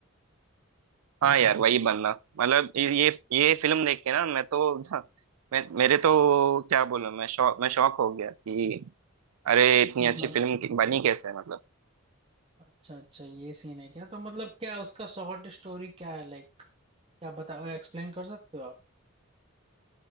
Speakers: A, on the right (about 90°); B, on the right (about 25°).
A: हाँ यार वही बनना मतलब ये ये ये फिल्म देख के ना मैं तो <laughs> मैं मेरे तो क्या बोलूं मैं शौक मैं शौक हो गया कि अरे इतनी
B: मतलब
A: अच्छी फिल्म की- बनी कैसे मतलब
B: अच्छा अच्छा ये सीन है क्या तो मतलब क्या उसका शॉर्ट स्टोरी क्या है लाइक क्या बता एक्सप्लेन कर सकते हो आप